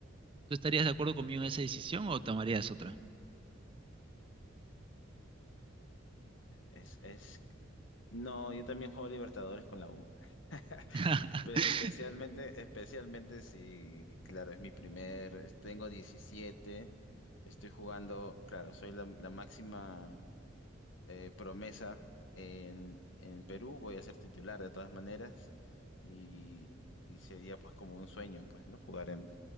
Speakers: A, on the right; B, on the left.
A: ¿Tú estarías de acuerdo conmigo en esa decisión o tomarías otra?
B: Es, es... No, yo también juego Libertadores con la U. <laughs>
A: <laughs>
B: Pe- Especialmente, especialmente si, claro, es mi primer, tengo 17, estoy jugando, claro, soy la, la máxima eh, promesa en, en Perú, voy a ser titular de todas maneras y, y sería pues como un sueño, pues, ¿no? Jugar en...